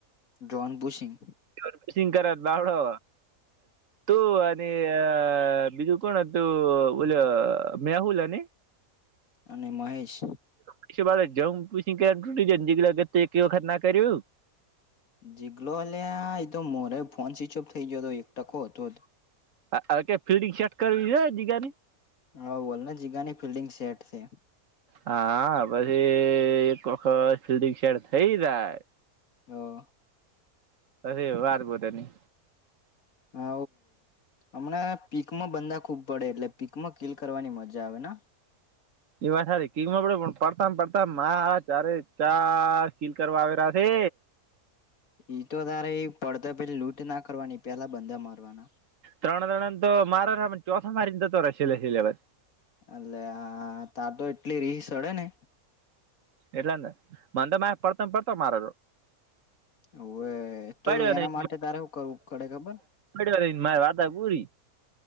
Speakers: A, on the left (about 65°); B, on the right (about 60°).
A: John bushing.
B: જોન બુસિંગ કરે બાવડો. તું અને બીજું કોણ હતું ઓલ્યો. મેહુલ નઈ.
A: અને મહેશ.
B: પછી વાળે જમ પછી તૂટી જને દીકગત એક વખત ના કર્યું.
A: ઝીગલો હલ એતો મોરે ફોન સ્વિચ ઓફ થઇ ગયો હતો એક ટકો હતો જ
B: હ ક ફિલ્ડિંગ સેટ કરવી છે જગા ની
A: હા બોલને જીગાની ફિલ્ડિંગ સેટ થ
B: હા પછી એક વખત ફિલ્ડંગ શેટ થઈ જાય.
A: હ
B: ત વાત બોતાની
A: હ હમણા પીકમાં બંધા ખુબ પડે એટલે પીકમાં કકીલ કરવાની મજા આવે ને
B: એ વાત થારી કીકમાં પડે પણ પડતા પડતામ ચારે ચાર કીલ કરવા આવેલા છે.
A: ઈ તો તારે એ પડતો પે લૂંટ ના કરવાની પેલા બંધા મારવાના
B: ત્રણ ત્રણ તો મારો ચોથા મારીનેતો રહેશે સિલેબસ
A: એલે હા ત્યા તો એટલી રીસ સડે ને
B: એટલેને મને પડતો પડતો મારો
A: ઓવે તો
B: પડ્યો નહી
A: એના માટે તારે શું કરવું પડે ખબર
B: પડ્યો ન મારે વાતા પૂરી